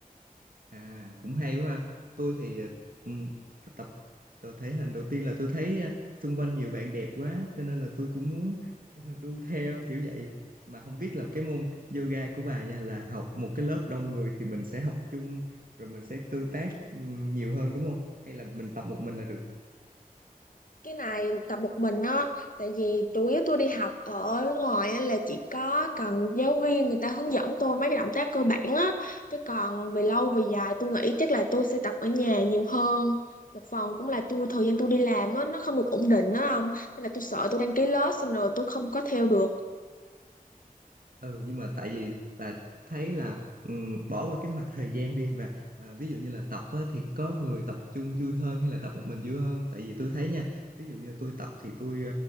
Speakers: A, on the right (about 70°); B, on the left (about 65°).
A: À cũng hay quá ha. Tôi thì ừ, tập, tập thể hình đầu tiên là tôi thấy ờ, xung quanh nhiều bạn đẹp quá cho nên là tôi cũng muốn <laughs> đu theo kiểu vậy mà không biết là cái môn yoga của bà nha là học một cái lớp đông người thì mình sẽ học chung rồi mình sẽ tương tác ừ, nhiều hơn đúng không? Hay là mình tập một mình là được?
B: cái này tập một mình á tại vì chủ yếu tôi đi học ở ngoài á là chỉ có cần giáo viên người ta hướng dẫn tôi mấy cái động tác cơ bản á chứ còn về lâu về dài tôi nghĩ chắc là tôi sẽ tập ở nhà nhiều hơn một phần cũng là tôi thời gian tôi đi làm á nó không được ổn định á không nên là tôi sợ tôi đăng ký lớp xong rồi tôi không có theo được
A: ừ nhưng mà tại vì là thấy là ừm, bỏ qua cái mặt thời gian đi và à, ví dụ như là tập á, thì có người tập chung vui hơn hay là tập một mình vui hơn tại vì tôi thấy nha ví dụ như tôi tập thì tôi